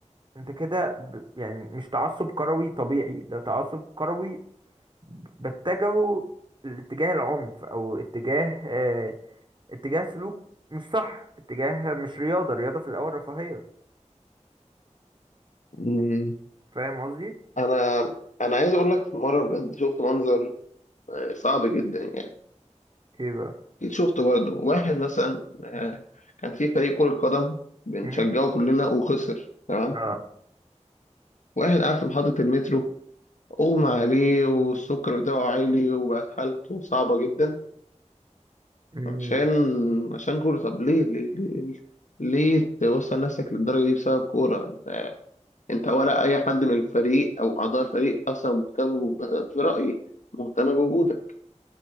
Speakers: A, on the right; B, on the left.
A: انت كده ب... يعني مش تعصب كروي طبيعي ده تعصب كروي ب- بتجهه لاتجاه العنف او اتجاه آه... اتجاه سلوك مش صح اتجاه مش رياضة الرياضة في الاول رفاهية
B: مم.
A: فاهم قصدي
B: انا انا عايز اقول لك في مرة بجد شفت منظر آه، صعب جدا يعني.
A: ايه بقى
B: أكيد شفت برضه واحد مثلا آه، كان في فريق كرة قدم بنشجعه
A: امم
B: كلنا وخسر تمام
A: اه
B: واحد قاعد في محطة المترو أغمى عليه والسكر بتاعه عالي وبقت حالته صعبة جدا
A: مم.
B: عشان عشان كورة طب ليه ليه ليه, ليه توصل نفسك للدرجة دي بسبب كورة أنت أنت ولا أي حد من الفريق أو أعضاء الفريق أصلا مهتم بوج- في رأيي مهتم بوجودك